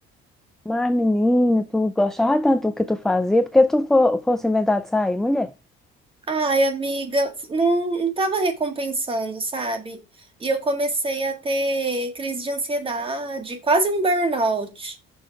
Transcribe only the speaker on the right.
Ai, amiga, não, não tava recompensando, sabe? E eu comecei a ter crise de ansiedade, quase um burnout.